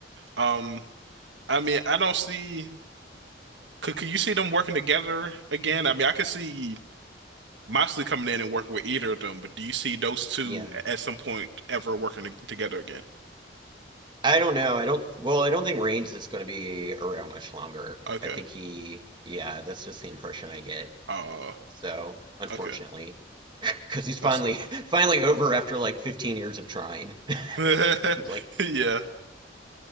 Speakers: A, on the right (about 75°); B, on the right (about 25°).
A: Um I mean, I don't see could, could you see them working together again? I mean, I could see Moxley coming in and working with either of them, but do you see those two
B: Yeah.
A: at some point ever working to- together again?
B: I don't know. I don't. Well, I don't think Reigns is going to be around much longer.
A: Okay.
B: I think he. Yeah, that's just the impression I get.
A: Uh,
B: So, unfortunately,
A: okay.
B: <laughs> because he's finally
A: That's it.
B: <laughs> finally over after like 15 years of trying. <laughs>
A: <laughs>
B: He's like,
A: Yeah.